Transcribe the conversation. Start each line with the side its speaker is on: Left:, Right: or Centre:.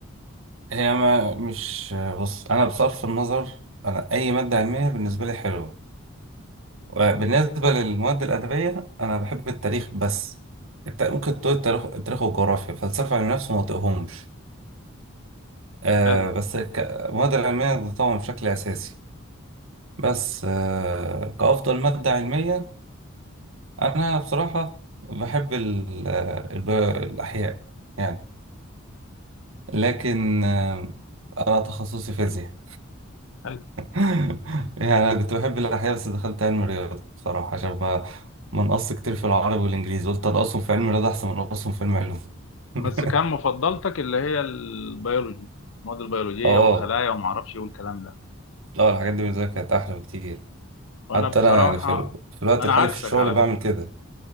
Right: هي ما مش بص انا بصرف النظر انا اي ماده علميه بالنسبه لي حلوه بالنسبه للمواد الادبيه انا بحب التاريخ بس الت- ممكن تقول التاريخ التاريخ والجغرافيا فلسفه علم نفس ما طيقهمش آه
Left: حلو
Right: بس ك- المواد العلمية ده طبعا بشكل أساسي بس آه كأفضل مادة علمية أنا بصراحة بحب ال- الب- الأحياء يعني لكن آه أنا تخصصي فيزياء
Left: حلو
Right: <laughs> يعني أنا كنت بحب الأحياء بس دخلت علم الرياضة بصراحة عشان ما ما نقص كتير في العربي والإنجليزي قلت أنقصهم في علم الرياضة أحسن من أنقصهم في علم علوم <laughs>
Left: بس كان مفضلتك اللي هي البيولوجي المواد البيولوجية
Right: اه
Left: والخلايا وما اعرفش ايه والكلام ده
Right: لا الحاجات دي بالنسبه لي كانت احلى بكتير
Left: وانا
Right: حتى
Left: بصراحة
Right: انا يعني في, ال... في الوقت
Left: انا
Right: الحالي
Left: عكسك
Right: في الشغل
Left: على
Right: بعمل
Left: فكرة
Right: كده